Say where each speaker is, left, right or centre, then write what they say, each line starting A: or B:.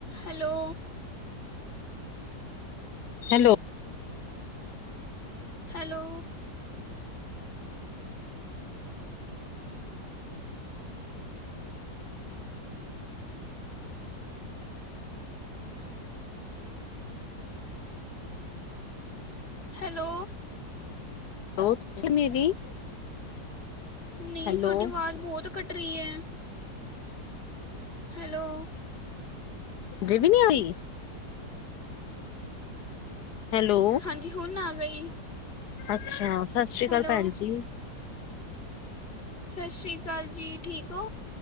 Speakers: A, on the left (about 35°); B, on the left (about 70°).
A: ਹੈਲੋ
B: ਹੈਲੋ
A: ਹੈਲੋ ਹੈਲੋ
B: ਉਹ ਤੁਸੀਂ ਮੇਰੀ
A: ਨਹੀਂ
B: ਹੈਲੋ
A: ਤੁਹਾਡੀ ਆਵਾਜ਼ ਬਹੁਤ ਕੱਟ ਰਹੀ ਹੈ ਹੈਲੋ
B: ਜੇ ਵੀ ਨੀ ਹੋਈ ਹੈਲੋ
A: ਹਾਂਜੀ ਹੁਣ ਆ ਗਈ
B: ਅੱਛਾ ਸਤਿ ਸ੍ਰੀ
A: ਹੈਲੋ।
B: ਅਕਾਲ ਭੈਣ ਜੀ
A: ਸਤਿ ਸ੍ਰੀ ਅਕਾਲ ਜੀ ਠੀਕ ਹੋ